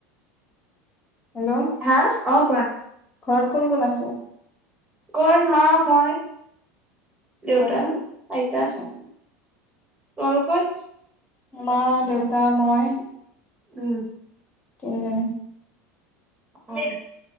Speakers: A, on the left; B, on the right.
A: হেল্ল',
B: হা অ কোৱা,
A: ঘৰত কোন কোন আছে?
B: ঘত মা মই দেউতা
A: আৰু
B: আইতা
A: আচ্ছা।
B: তোমালোকৰ?
A: মা দেউতা মই,
B: উম।
A: তিনজনি
B: হয়।